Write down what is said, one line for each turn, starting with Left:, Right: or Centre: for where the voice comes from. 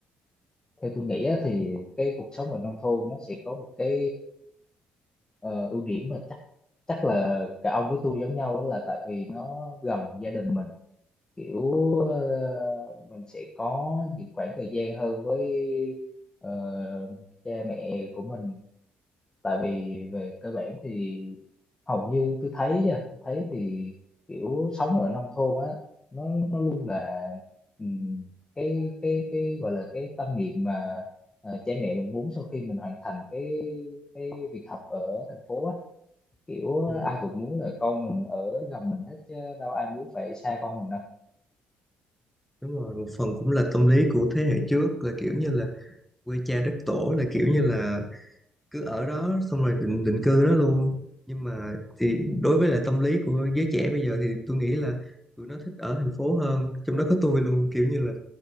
Left: theo tôi nghĩ á, thì cái cuộc sống ở nông thôn nó sẽ có một cái ờ, ưu điểm mà chắc chắc là cả ông với tôi giống nhau đó là tại vì nó gần gia đình mình kiểu ờ, mình sẽ có những khoảng thời gian hơn với ờ, cha mẹ của mình tại vì về cơ bản thì hầu như tôi thấy nha tôi thấy thì kiểu sống ở nông thôn á nó nó luôn là ừm, cái cái cái gọi là cái tâm niệm mà ờ, cha mẹ mình muốn sau khi mình hoàn thành cái cái việc học ở thành phố á kiểu
Centre: ừ.
Left: ai cũng muốn là con mình ở gần mình hết chứ đâu ai muốn phải xa con mình đâu
Centre: đúng rồi một phần cũng là tâm lý của thế hệ trước là kiểu như là quê cha đất tổ là kiểu như là cứ ở đó xong rồi định định cư đó luôn nhưng mà thì đối với lại tâm lý của giới trẻ bây giờ thì tôi nghĩ là tụi nó thích ở thành phố hơn trong đó có tôi luôn kiểu như là